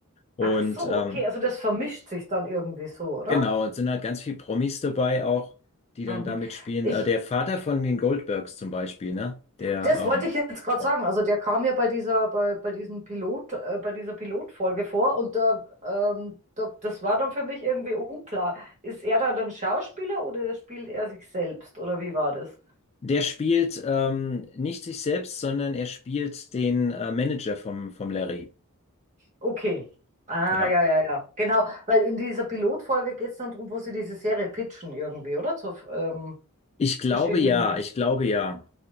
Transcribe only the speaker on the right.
Ach so,
okay, also das vermischt sich dann irgendwie so, oder?
Mhm.
Ich,
Das wollte
ich jetzt gerade
sagen. Also der kam ja bei dieser, bei, bei diesem Pilot, äh, bei dieser Pilotfolge vor und da, ähm, da, das war dann für mich irgendwie unklar. Ist er da dann Schauspieler oder spielt er sich selbst oder wie war das?
Okay. Ah,
ja, ja, ja. Genau, weil in dieser Pilotfolge geht es dann darum, wo sie diese Serie pitchen irgendwie, oder? Zu ähm,
verschiedenen.